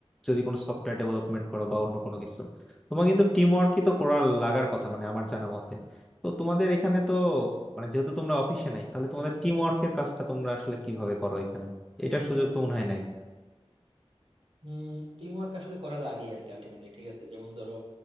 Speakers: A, in the centre; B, on the right (about 60°).
A: যদি কোনো সফটওয়্যার ডেভেলপমেন্ট করো বা অন্য কোনো কিছু তোমার কিন্তু টিম ওয়ার্কই তো করার লাগার কথা মানে আমার জানা মতে তো তোমাদের এখানে তো মানে যেহেতু তোমরা অফিসে নাই তাহলে তোমাদের টিম ওয়ার্কের কাজটা তোমরা আসলে কিভাবে করো এখানে এটার সুযোগ তো মনে হয় নাই
B: হম টিম ওয়ার্ক আসলে করা লাগে আর কি আলটিমেটলি ঠিক আছে যেমন ধরো